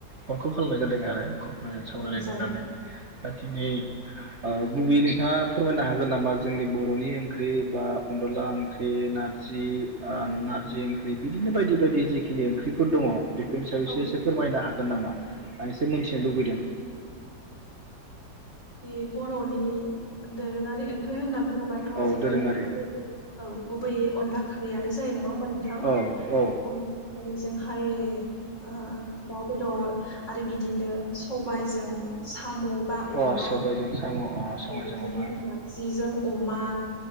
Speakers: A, on the right (about 35°); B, on the left (about 35°).
A: फनखौ खालामनाय जादों आरो। मोजां सावरायलायनो
B: औ जागोन
A: होननानै। दिनै अ गुबि नोंथाङा फोरमायनो हागोन नामा जोंनि बर'नि ओंख्रि बा अनदला ओंख्रि नारजि अ नारजि ओंख्रि बिदिनो बायदि बायदि जिखिनि ओंख्रिफोर दङ। बेफोरनि सायाव एसे
B: औ
A: एसे फोरमायनो हागोन। गोन नामा आं एसे मिथिनो
B: औ
A: लुबैदों।
B: बे बर'नि दोरोङारि ओंख्रि होनना बुङोबाथ'
A: औ
B: जोंनिया
A: दोरोङारि
B: गुबैयै औ गुबैयै अनला खारैयानो जायो नङा होमबा नोंथां
A: औ औ
B: अनला खारैजोंहाय आ दाउ बेदर। आरो बिदिनो सबायजों साम' बा
A: औ
B: अमा।
A: अ सबायजों साम' अ सबायजों
B: औ बिदिनो
A: अमा
B: नारजिजों अमा